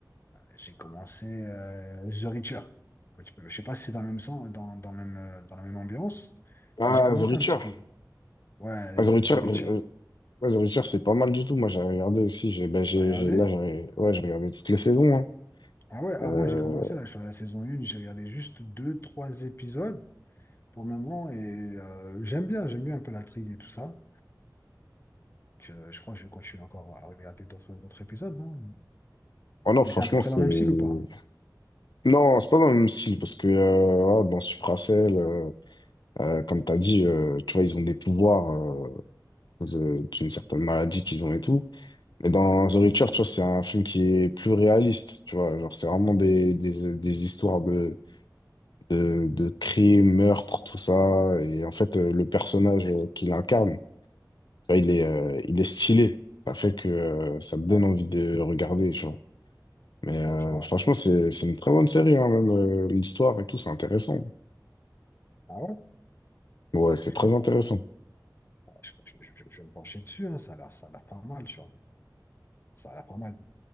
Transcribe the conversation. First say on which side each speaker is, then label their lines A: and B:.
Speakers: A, on the left (about 30°); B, on the left (about 80°).
A: J'ai commencé euh, The Reacher. Un petit peu. Je sais pas si c'est dans le même sens, dans, dans le même, euh, dans la même ambiance,
B: Ah,
A: mais j'ai commencé
B: The Witcher.
A: un petit peu. Ouais,
B: Ah, The
A: The
B: Witcher,
A: Reacher.
B: euh, ouais, The Witcher, c'est pas mal du tout. Moi, j'ai regardé aussi. J'ai, ben, j'ai,
A: T'as regardé?
B: j'ai- là, j'ai ouais, j'ai regardé toutes les saisons. hein.
A: Ah ouais, ah,
B: Euh,
A: moi j'ai commencé là, je suis à la saison 1, j'ai regardé juste deux trois épisodes pour le moment et euh, j'aime bien, j'aime bien un peu l'intrigue et tout ça. Donc, euh, je crois que je vais continuer encore à regarder d'autres d'autres épisodes, non?
B: Oh non,
A: Mais
B: franchement,
A: c'est à peu près
B: c'est.
A: dans le même style ou pas?
B: Non, c'est pas dans le même style parce que euh, ah, dans Supracell, euh, euh, comme t'as dit, euh, tu vois, ils ont des pouvoirs euh, de- d'une certaine maladie qu'ils ont et tout. Mais dans
A: Ouais,
B: The Witcher, tu vois, c'est un film qui est plus réaliste. Tu vois, genre, c'est vraiment des, des, des histoires de de, de crimes, meurtres, tout ça. Et en fait, euh, le personnage euh, qu'il incarne, Ça,
A: ouais,
B: il est, euh, il est stylé. Ça fait que euh, ça me donne
A: ouais,
B: envie de regarder, tu vois. Mais euh,
A: ouais, je vois.
B: franchement, c'est, c'est une très bonne série, hein, même euh, l'histoire et tout, c'est intéressant.
A: Ah ouais?
B: Ouais, c'est
A: Je,
B: très
A: bon, bah,
B: intéressant.
A: je, je- je- je vais me pencher dessus, hein, ça a l'air, ça a l'air pas mal, tu vois. Ça a l'air pas mal.